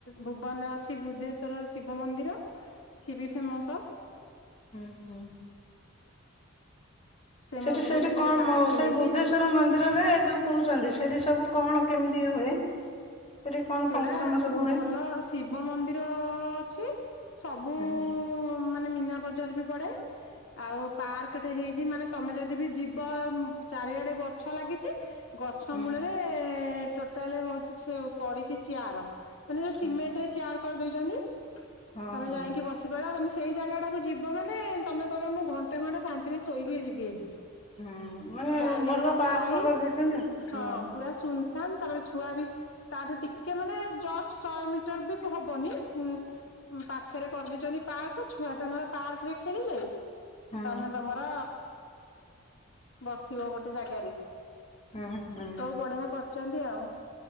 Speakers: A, on the left (about 70°); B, on the left (about 30°).
A: ଭୁବନରେ ଅଛି ବୁଦ୍ଧେଶ୍ଵର ଶିବ ମନ୍ଦିର। ସି ବି ଫେମସ।
B: ଉଁ ହୁଁ।
A: ସେ
B: ସେଠି
A: ମନ୍ଦିର
B: ସେଇଠି
A: ପାଖରେ
B: କଁ
A: ପାର୍କ
B: ସେଇ
A: ହେଇଛି
B: ବୁଦ୍ଧେଶ- ଶ୍ୱର ମନ୍ଦିରରେ ଯୋଉ କହୁଛନ୍ତି ସେଠି ସବୁ କଣ କେମିତି ହୁଏ? ସେଠି କଣ
A: ସେଇଟା
B: ଫଙ୍କସନ ସବୁ ହୁଏ?
A: ଭଲ ଶିବ ମନ୍ଦିର ଅଛି ସବୁ
B: ଉଁ ହୁଁ।
A: ବୁ ମାନେ ମୀନା ବଜାର ବି ପଡେ। ଆଉ ପାର୍କଟେ ହେଇଛି ମାନେ ତମେ ଯଦି ବି ଯିବ ଚାରିଆଡେ ଗଛ ଲାଗିଚି। ଗଛ
B: ହୁଁ
A: ମୂଳରେ ଟୋଟାଲ ହଉଛି ଛି ପଡିଛି ଚିଆର ମାନେ ସିମେଣ୍ଟରେ
B: ହୁଁ
A: ଚେୟାର କରିଦେଇଛନ୍ତି
B: ହଁ
A: ତମେ
B: ହଁ
A: ଯାଇକି ବସି ପାର ତମେ ସେଇ ଜାଗା ଟାକୁ ଯିବ ମାନେ ତମେ କହିବ ମୁଁ ଘଣ୍ଟେ ଘଣ୍ଟେ ଶାନ୍ତିରେ ଶୋଇକି ଯିବି ଏଠି।
B: ହୁଁ ମାନେ
A: ଚାରିଆଡେ
B: ଭଲ ପାର୍କ
A: ଛାଇ
B: କରିଦେଇଛନ୍ତି
A: ହଁ।
B: ହୁଁ
A: ପୁରା ସୁନସନ୍ ତାପରେ ଛୁଆ ବି ତାଠୁ ଟିକେ ମାନେ ଜଷ୍ଟ ଶହେ ମିଟର ବି ହବନିଁ ହୁଁ ପାଖରେ କରିଦେଇଛନ୍ତି ପାର୍କ ଛୁଆ ତାଙ୍କର ପାର୍କରେ ଖେଳିଲେ।
B: ହୁଁ
A: ତମେ ତମର ବସିବ ଗୋଟେ ଜାଗାରେ।
B: ହୁଁ ହୁଁ
A: ସବୁ ବଢିଆ କରିଛନ୍ତି ଆଉ।